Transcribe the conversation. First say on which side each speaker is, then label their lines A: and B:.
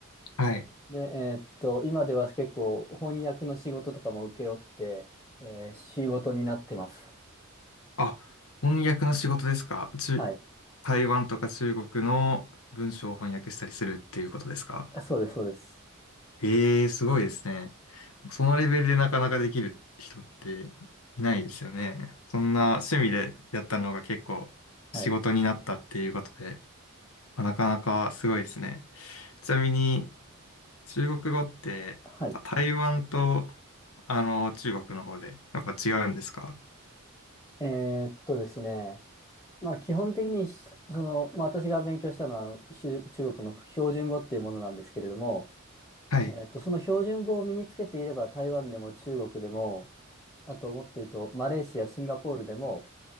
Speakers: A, on the left; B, on the left.
A: はい。
B: で、えーっと、今では結構翻訳の仕事とかも請け負って、えー仕事になってます。
A: あ、翻訳の仕事ですか中、
B: はい。
A: 台湾とか中国の文章を翻訳したりするっていうことですか
B: そうです、そうです。
A: ええ、すごいですね。そのレベルでなかなかできる人っていないですよね。そんな趣味でやったのが結構仕事になったっていうことで、
B: はい。
A: まあなかなかすごいですね。ちなみに中国語ってあ台湾と
B: はい。
A: あの中国の方でやっぱ違うんですか
B: えーっとですね、まあ、基本的に、その、まあ、私が勉強したのは、中中国の標準語っていうものなんですけれども、
A: はい。
B: えっと、その標準語を身につけていれば台湾でも中国でも、あともっと言うとマレーシア、シンガポールでも、